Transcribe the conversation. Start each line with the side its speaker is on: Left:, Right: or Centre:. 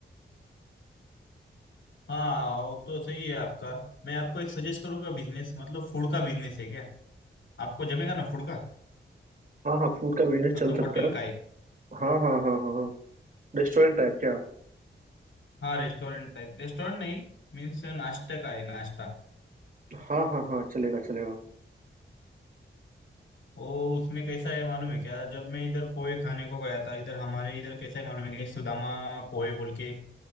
Left: हाँ वो तो सही है आपका मैं आपको एक सजेस्ट करूंगा बिजनेस मतलब फूड का बिजनेस है क्या आपको जमेगा ना फूड का
Right: हाँ हाँ फूड का बिजनेस
Left: मतलब
Right: चल सकता
Left: होटल
Right: है
Left: का है
Right: हाँ हाँ हाँ हाँ हाँ रेस्टोरेंट टाइप क्या
Left: हाँ रेस्टोरेंट टाइप रेस्टोरेंट नहीं मीन्स नाश्ता का है नाश्ता
Right: हाँ हाँ हाँ चलेगा चलेगा
Left: ओ उसमें कैसा है मालूम है क्या जब मैं इधर पोहे खाने को गया था इधर हमारे इधर कैसा है मालूम है क्या एक सुदामा पोहे बोल के एक